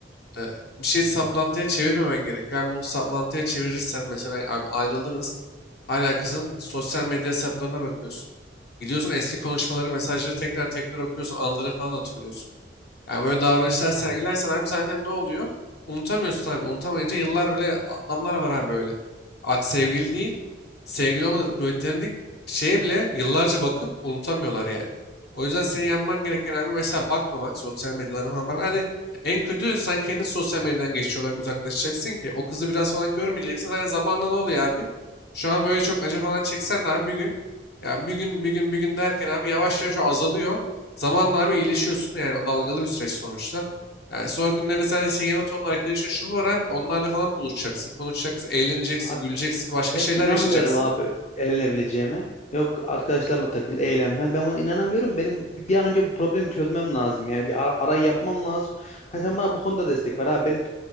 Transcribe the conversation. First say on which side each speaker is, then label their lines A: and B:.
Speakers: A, on the left; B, on the left.
A: e, bir şey saplantıya çevirmemen gerekiyor. Yani bunu saplantıya çevirirsen mesela abi ayrıldınız. Hala kızın sosyal medya hesaplarına bakıyorsun. Gidiyorsun eski konuşmaları, mesajları tekrar tekrar okuyorsun. Anıları falan hatırlıyorsun. Yani böyle davranışlar sergilersen abi zaten ne oluyor? Unutamıyorsun abi. Unutamayınca yıllar bile adamlar var abi böyle. Bak sevgili değil. Sevgili olmadı. Platonik şeye bile yıllarca bakıp unutamıyorlar yani. O yüzden senin yapman gereken abi mesela bakmamak. Sosyal medyalarına falan bak. Hadi en kötü sen kendin sosyal medyadan geçici olarak uzaklaşacaksın ki. O kızı biraz falan görmeyeceksin. Zaten zamanla ne oluyor abi? Şu an böyle çok acı falan çeksen de abi bir gün. Ya bir gün bir gün bir gün derken abi yavaş yavaş o azalıyor. Zamanla abi iyileşiyorsun yani o dalgalı bir süreç sonuçta. Yani sonra günlerinde sen senin yanında tonla arkadaşın şu var abi onlarla falan buluşacaksın, konuşacaksın, eğleneceksin,
B: Abi
A: güleceksin, başka
B: ben
A: şeyler
B: inanmıyorum
A: yaşayacaksın.
B: abi elinebileceğime. Yok arkadaşlarla takıl, eğlen falan. Ben buna inanamıyorum. Benim bir bir an önce bu problemi çözmem lazım. Yani bir ara, arayı yapmam lazım. Hani sen bana bu konuda destek ver abi. Benim,